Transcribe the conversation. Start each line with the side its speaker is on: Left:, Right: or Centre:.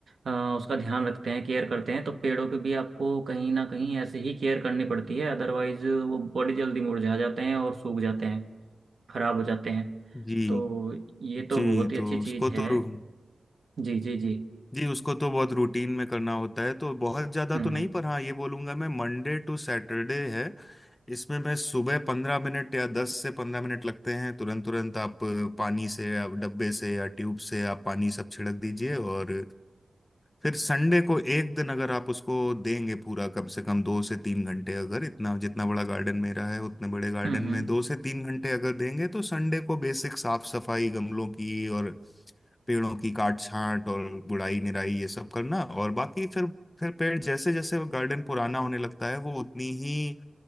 Right: अ, उसका ध्यान रखते हैं केयर करते हैं तो पेड़ों पे भी आपको कहीं ना कहीं ऐसे ही केयर करनी पड़ती है अदरवाइज वो बड़ी जल्दी मुरझा जाते हैं और सूख जाते हैं खराब हो जाते हैं
Left: जी
Right: तो ये तो
Left: जी
Right: बहुत ही
Left: तो
Right: अच्छी चीज़
Left: उसको
Right: है
Left: तो रू-
Right: जी जी जी
Left: जी उसको तो बहुत रूटीन में करना होता है तो बहुत ज़्यादा
Right: हम्म
Left: तो नहीं पर हाँ ये बोलूँगा मैं मंडे टू सैटरडे है इसमें मैं सुबह पंद्रह मिनट या दस से पंद्रह मिनट लगते हैं तुरंत तुरंत आप अ, पानी से या डब्बे से या ट्यूब से आप पानी सब छिड़क दीजिए और फिर संडे को एक दिन अगर आप उसको देंगे पूरा कम से कम दो से तीन घंटे अगर इतना जितना बड़ा गार्डन मेरा है उतने बड़े गार्डन
Right: हम्म हम्म,
Left: में दो से तीन घंटे अगर देंगे तो संडे को बेसिक साफ सफाई गमलों की और पेड़ों की काट छांट और गुड़ाई निराई ये सब करना और बाकी फिर फिर पेड़ जैसे जैसे वो गार्डन पुराना होने लगता है वो उतनी ही